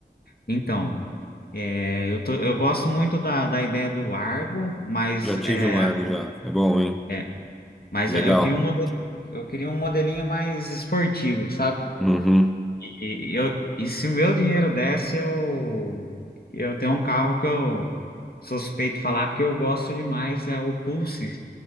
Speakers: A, on the left (about 60°); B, in the centre.
A: Então, é, eu tô, eu gosto muito da, da ideia do Argo, mas
B: Já
A: é,
B: tive um Argo já. É bom, hein?
A: é, mas
B: Legal.
A: eu queria um modelo, eu queria um modelinho mais esportivo, sabe?
B: Uhum.
A: E, eu, e se meu dinheiro desse, eu, eu tenho um carro que eu suspeito de falar porque eu gosto demais, é o Pulse,